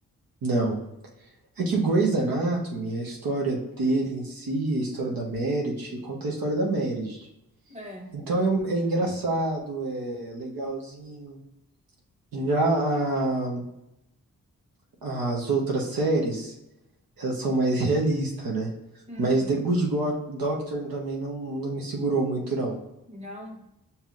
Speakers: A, on the right (about 85°); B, on the right (about 20°).
A: Não. É que o Grey's Anatomy, a história dele em si, a história da Meredith, conta a história da Meredith.
B: É,
A: Então é, um- é engraçado, é legalzinho. Já a- as outras séries, elas são mais realistas, né?
B: uhum.
A: Mas The Good Doctor também não, não me segurou muito, não.
B: Não?